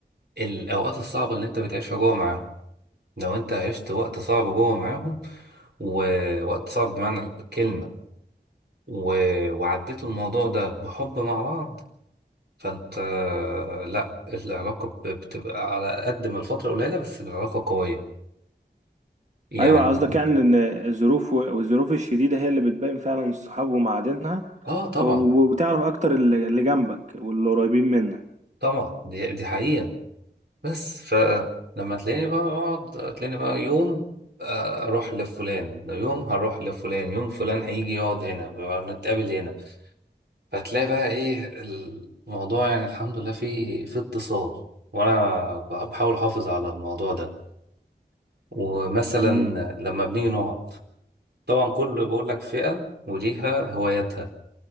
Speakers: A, on the right; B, on the right.
A: الأوقات الصعبة اللي أنت بتعيشها جوه معاهم لو أنت عشت وقت صعب جوه معاهم ووقت صعب بمعنى الكلمة و... وعديتوا الموضوع ده بحب مع بعض فأنت آه، لأ العلاقة ب- بتبقى على قد ما الفترة قليلة بس العلاقة قوية يعني
B: أيوة قصدك يعني إن الظروف والظروف الشديدة هي اللي بتبين فعلا الصحاب ومعادنها
A: آه طبعا
B: ف... وبتعرف أكتر اللي اللي جنبك واللي قريبين منك
A: طبعا دي, دي حقيقة بس فلما تلاقيني بقى اقعد تلاقيني بقى يوم آه، اروح لفلان يوم هروح لفلان يوم فلان هيجي يقعد هنا ونتقابل هنا فتلاقي بقى ايه الموضوع يعني الحمد لله فيه في اتصال وانا بحاول احافظ على الموضوع ده ومثلا
B: امم
A: لما بنيجي نقعد طبعا كل بقول لك فئة وليها هواياتها